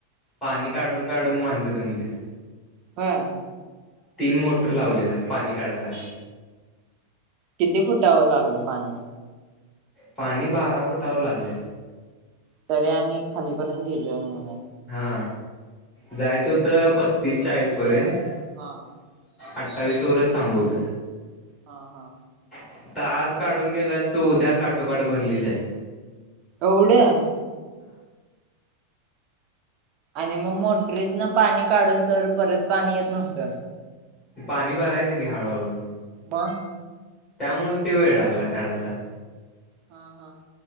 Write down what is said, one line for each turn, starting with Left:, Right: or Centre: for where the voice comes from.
Left: पाणी
Right: हा हा
Left: काढून काढून माणसं दंमलीत.
Right: होय.
Left: तीन मोटर लावलेल्या पाणी काढायला.
Right: किती फुटांवर लागलं पाणी?
Left: पाणी बारा फुटावर लागलं.
Right: तरी आणि खालीपर्यंत गेलं म्हणे
Left: हा. जायचं होत पस्तीस चाळीस पर्यंत
Right: हां.
Left: अठ्ठावीस वरच थांबवलं.
Right: हा, हा.
Left: आता आज काढुन गेलायस तु उद्या काटोकाठ भरलेली हाय.
Right: एवढं - आणि मग मोटरीत न पाणी काढुसतोवर परत पाणी येत नव्हतं.
Left: पाणी भरायचं की हळूहळू
Right: मग.
Left: त्यामुळेच ते वेळ लागला काढायला.
Right: हा, हां.